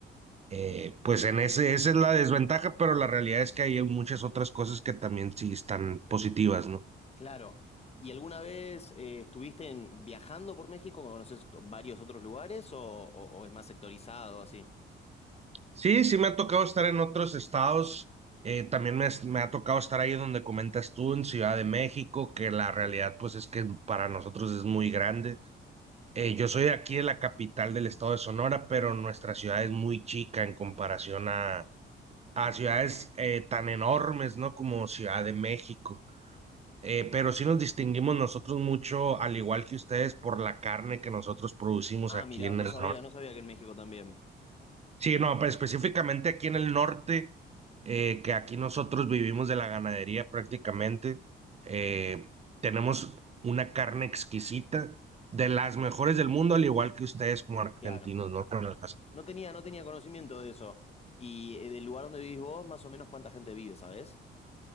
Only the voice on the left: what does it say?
Claro. ¿Y alguna vez eh, estuviste en- viajando por México? ¿Conoces varios otros lugares o, o- o es más sectorizado así?
Ah,
mira,
no
sabía,
no sabía que en México también.
Claro.
No tenía, no tenía conocimiento de eso. Y eh, del lugar donde vivís vos, más o menos cuánta gente vive, ¿sabés?